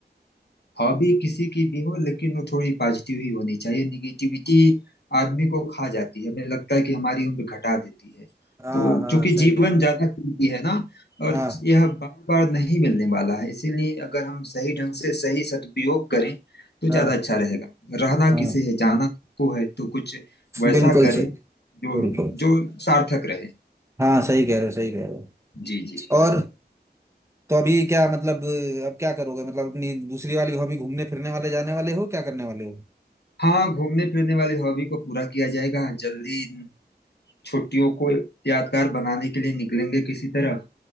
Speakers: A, on the left; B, on the right.
A: हॉबी किसी की भी हो लेकिन वो थोड़ी पॉजिटिव ही होनी चाहिए निगेटिविटी आदमी को खा जाती है हमें लगता है कि हमारी उम्र घटा देती है
B: हाँ
A: तो
B: हाँ
A: चूंकि
B: सही
A: जीवन
B: बात
A: ज्यादा कीमती है ना और
B: हाँ
A: यह बार बार नहीं मिलने वाला है इसीलिए अगर हम सही ढंग से सही सदुपयोग करें तो ज्यादा
B: हाँ
A: अच्छा रहेगा रहना
B: हाँ
A: किसे है जाना सबको है तो कुछ वैसा
B: बिल्कुल
A: करें
B: सही
A: जो
B: बिल्कुल
A: जो सार्थक रहे
B: हाँ सही कह रहे हो सही कह रहे हो
A: जी जी
B: और तो अभी क्या मतलब अब क्या करोगे मतलब अपनी दूसरी वाली हॉबी घूमने फिरने वाले जाने वाले हो क्या करने वाले हो
A: हाँ घूमने फिरने वाली हॉबी को पूरा किया जाएगा जल्दी छुट्टियों को यादगार बनाने के लिए निकलेंगे किसी तरफ